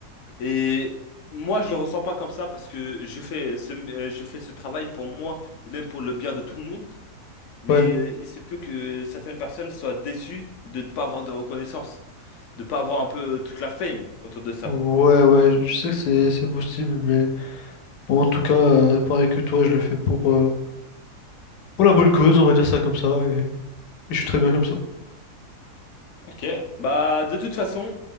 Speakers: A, on the left (about 70°); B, on the left (about 85°).
A: Et moi, je le ressens pas comme ça parce que je fais ce, euh, je fais ce travail pour moi et même pour le bien de tout le monde. Mais
B: Ouais.
A: euh, il se peut que certaines personnes soient déçues de ne pas avoir de reconnaissance, de ne pas avoir un peu toute la fame autour de ça.
B: Ouais, ouais, je sais que c'est c'est possible, mais bon, en tout cas, euh, pareil que toi, je le fais pour, euh, pour la bonne cause, on va dire ça comme ça, et, et je suis très bien comme ça.
A: Ok, bah de toute façon,